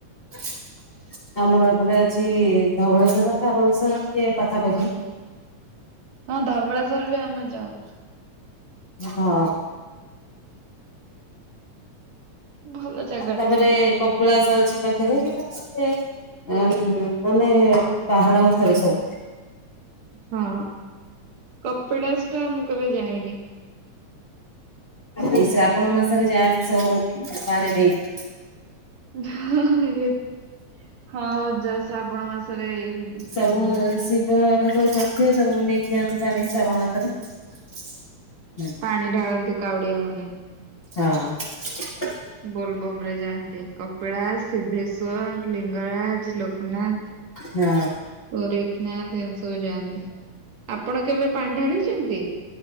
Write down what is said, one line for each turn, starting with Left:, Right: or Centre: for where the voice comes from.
Left: ହ ଆମର ଏପଟେ ଅଛି ଧବଳେଶ୍ଵର। ଧବଳେସ୍ଵର ଟିକେ ପାଖାପାଖି।
Right: ହଁ ଧବଳେଶ୍ଵର ବି ଆମେ ଯାଉ।
Left: ହଁ।
Right: ଭଲ ଜାଗା
Left: ତାପରେ
Right: ଟା।
Left: କପିଳାସ ଅଛି ପାଖରେ କିୁ ସ ଉ ମାନେ ପାହାଡ ଉପରେ ସବୁ।
Right: ହଁ କପିଳାସ ଟା ମୁଁ କେବେ ଯାଇନି।
Left: ଏ ଶ୍ରାବଣ ମାସରେ ଯାଆନ୍ତି ସବୁ ପାଣି ଦେଇକି।
Right: ଇଏ ହଁ ଶ୍ରାବଣ ମାସରେ ଏଇ
Left: ସବୁ
Right: ହୁଁ।
Left: ଶିବ ଠାକୁର କରଥିବେ ସବୁ ନେଇକି ଯାଆନ୍ତି ଶ୍ରାବଣ ମାସରେ।
Right: ପାଣି ଢାଳନ୍ତି କାଉଡିଆ ମାନେ।
Left: ହୁ ହଁ।
Right: ବୋଲବମ ରେ ଯାଆନ୍ତି କପିଳାସ, ସିଦ୍ଧେଶ୍ଵର, ଲିଙ୍ଗରାଜ ଲୋକନାଥ।
Left: ହଁ।
Right: କୋରେଖନାଥ ଏମିତି ସବୁ ଯାଆନ୍ତି। ଆପଣ କେବେ ପାଣ୍ଢାଡିଛନ୍ତି?